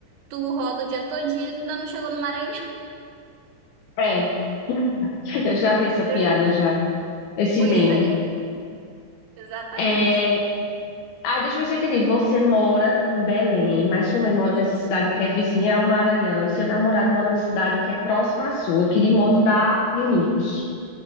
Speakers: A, on the right (about 80°); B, on the left (about 80°).
A: tu roda o dia todinho e tu ainda não chegou no Maranhão.
B: É. <laughs> Eu já
A: <laughs> entendeu?
B: vi essa piada já, esse
A: Pois
B: meme.
A: é, exatamente.
B: É... Ah, deixa eu ver se eu entendi. Você mora em Belém, mas sua mãe mora
A: Isso.
B: nessa cidade que é vizinha ao Maranhão, e seu namorado mora numa cidade que é próxima à sua, que de moto dá minutos.